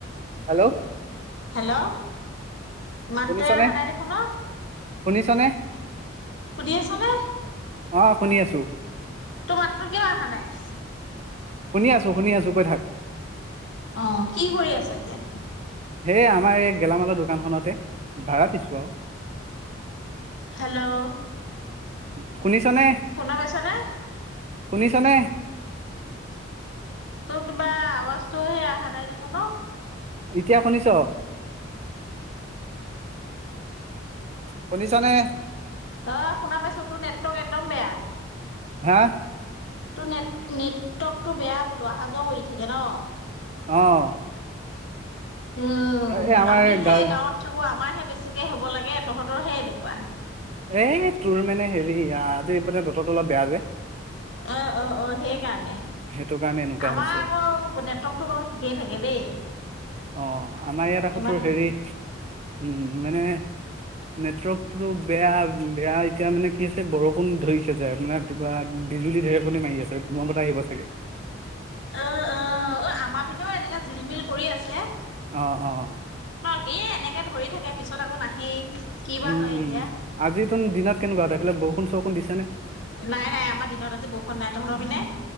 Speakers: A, on the right; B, on the left.
A: হেল্ল'
B: হেল্ল' মাততে
A: শুনিছনে?
B: অহা নাই দেখোন অ
A: শুনিছনে
B: শুনি আছনে।
A: অ শুনি আছো।
B: তোৰ মাততো কিয় অহা নাই
A: শুনি আছো শুনি আছো কৈ থাক
B: অ কি কৰি আছ এতিয়া
A: হেই আমাৰ এই গেলামালৰ দোকানখনত ভাড়া দিছো আৰু
B: হেল্ল'
A: উ শুনিছনে
B: শুনা পাইছনে?
A: শুনিছনে
B: তোৰ কিবা আৱাজটো সে অহা নাই দেখোন অ
A: এতিয়া শুনিছ? শুনিছানে?
B: অ শুনা পাইছোঁ তোৰ নেটৱৰ্ক একদম বেয়া।
A: হা
B: ত নেট নেটৱৰ্কতটো বেয়া। বোলোৱা অহা যোৱা কৰি থাকে ন
A: অঁ
B: উম
A: এই আমাৰ
B: আমিহে
A: গা
B: গাঁৱত থাকো আমাৰ হে বেছিকে হ'ব লাগে তহঁতৰ হে এনেকোৱা
A: এই তোৰ মানে হেৰি আজি মানে বতৰটো অলপ বেয়া যে
B: অ অ অ সেই কি কাৰণে ণে
A: সেইটো কাৰণে এনেকুৱা
B: আমাৰ
A: হৈছে।
B: আকৌ নেটৱৰ্কটো বাৰু ঠিকেই থাকে দেই
A: অঁ আমাৰ ইয়াত আকৌ
B: ইমান
A: তোৰ হেৰি উম মানে নেটৱৰ্কো বেয়া বেয়া এতিয়া মানে কি আছে বৰষুণ ধৰিছে যে মানে বিজুলী ঢেৰেকণি মাৰি আছে ধুম বতটা আহিব থাকে
B: অ অ অ আমাৰ পিনেও এনেকা জিলমিল কৰি আছে
A: অঁ অঁ
B: এ এনেকে ধৰি থাকে পিছত আকৌ নাহেই কি বা
A: উম
B: হয়
A: উম
B: এতিয়া
A: আজি তহঁতৰ দিনত কেনেকুৱা তহঁতৰ সেই ফালে বৰষুণ চৰষুণ দিছে নে?
B: নাই নাই আমাৰ দিনত আজি বৰষুণ নাই তহঁতৰ পিনে